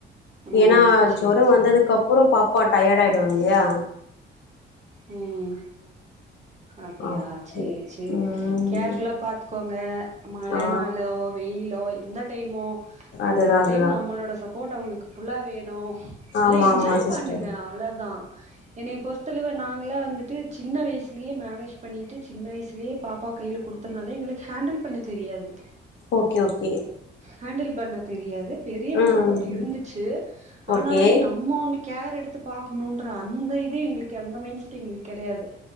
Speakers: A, on the left; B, on the right.
A: ஏனா
B: ம் செரி
A: ஜொர
B: செ
A: வந்ததுக்கப் புறொ பாப்பா டயர்ட் ஆயிடுவாங்க இல்லியா
B: ம் அப்டியா
A: அப்
B: சே சேரி
A: ம்
B: கேர்ஃபுலா பாத்து கோங்க மழ
A: ஆ
B: நாளோ வெயிலோ எந்த டைமோ அவுங்க
A: அதுதா
B: இந்த
A: அதுதா
B: டைம் நம்மளோட சப் ஃபோட்டா அவங்களுக்கு ஃபுல்லா வேணு நல்லா
A: ஆமா
B: என்ஜாய்
A: ஆமா சிஸ்டர்
B: பண்ணுங்க அவ்ளதா என்னைய பொறுத்தளவு எங்கள வந்துட்டு சின்ன வயசுலே மேரேஜ் பண்ணிட்டு சின்ன வயசுலே பாப்பா கைல குடுத்தனால எங்களுக்கு ஹேண்டில் பண்ண தெரியாது
A: ஓகே ஓகே
B: ஹேண்டில் பண்ண தெரியாது பெரியவங்க
A: ம்
B: சப்போட் இருந்துச்சு ஆனாலுமே
A: ஓகே
B: நம்ம ஒன்னு கேர் எடுத்து பாக்கணூன்ற அந்த இதே எங்ளு கு அந்த மைண்ட் செட் எங்களுக்கு கெடையாது